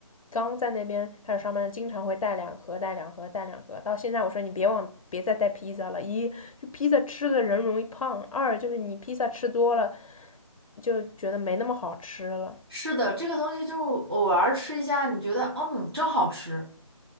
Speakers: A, on the left; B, on the right.
A: 刚在那边开始上班，经常会带两盒、带两盒、带两盒。到现在我说你别往别再带披萨了，一就披萨吃的人容易胖，二就是你披萨吃多了就觉得没那么好吃了。
B: 是的，这个东西就偶尔吃一下，你觉得嗯真好吃。